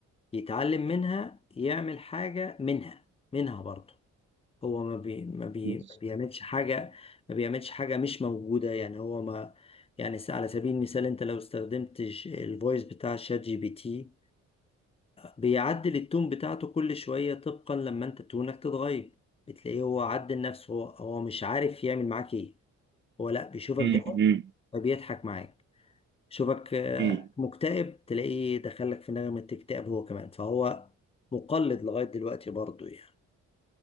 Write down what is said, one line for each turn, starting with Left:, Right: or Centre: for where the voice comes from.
Left: يتعلم منها يعمل حاجة منها منها برضه هو ما بي ما بي
Right: مم.
Left: ما بيعملش حاجة ما بيعملش حاجة مش موجودة يعني هو ما يعني س- على سبيل المثال انت لو استخدمت ج- الفويس بتاع شات جي بي تي بيعدل التون بتاعته كل شوية طبقا لما انت تونك تتغير بتلاقيه هو عدل نفسه هو هو مش عارف يعمل معاك ايه هو لا بيشوفك
Right: مم.
Left: ده فبيضحك معاك شوفك آه،
Right: مم.
Left: مكتئب تلاقيه دخلك في نغمة اكتئاب هو كمان فهو مقلد لغاية دلوقتي برضو يعني